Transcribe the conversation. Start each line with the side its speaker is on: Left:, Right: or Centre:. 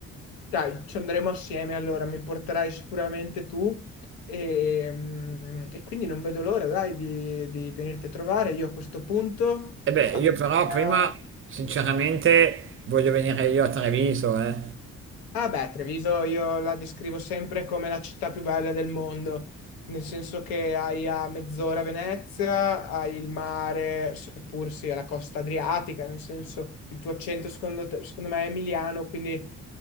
Left: Dai, ci andremo assieme allora, mi porterai sicuramente tu e, mm, e quindi non vedo l'ora, dai, di, di venirti a trovare. Io a questo punto,
Right: E beh,
Left: appena...
Right: io però prima sinceramente voglio venire io a Treviso, eh.
Left: Ah beh, Treviso io la descrivo sempre come la città più bella del mondo, nel senso che hai a mezz'ora Venezia, hai il mare, seppur sia la costa adriatica, nel senso il tuo accento secondo, te- secondo me è emiliano, quindi